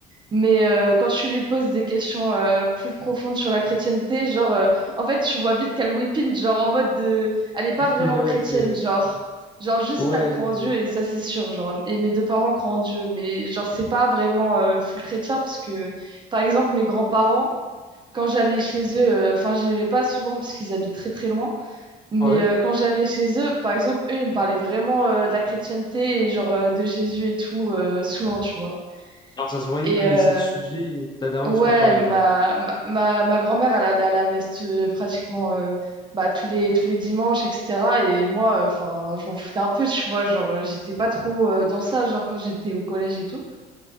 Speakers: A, on the right; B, on the left.
A: Mais euh, quand tu lui poses des questions euh, plus profondes sur la chrétienté, genre, euh, en fait, tu vois vite qu'elle whippine, genre en mode de, elle est pas vraiment
B: Ouais,
A: chrétienne,
B: que...
A: genre, genre juste
B: ouais,
A: elle croit en Dieu et ça c'est sûr, genre, et mes deux parents croient en Dieu, mais genre c'est pas vraiment euh, full chrétien parce que, par exemple, mes grands-parents, quand j'allais chez eux, euh, enfin, j'y vais pas souvent parce qu'ils habitent très très loin, mais
B: ouais.
A: euh, quand j'allais chez eux, par exemple, eux, ils me parlaient vraiment euh, de la chrétienté et genre euh, de Jésus et tout, euh, souvent, tu vois.
B: Genre, ça se voyait,
A: Et,
B: il connaissait
A: euh,
B: le sujet, et ta daronne,
A: Ouais,
B: c'est pas pareil,
A: ma,
B: genre.
A: ma, ma ma grand-mère, elle allait à la messe euh, pratiquement euh, bah, tous les, tous les dimanches, etc. Et moi, enfin, je m'en foutais un peu, tu vois. Genre, euh, j'étais pas trop euh, dans ça, genre quand j'étais au collège et tout.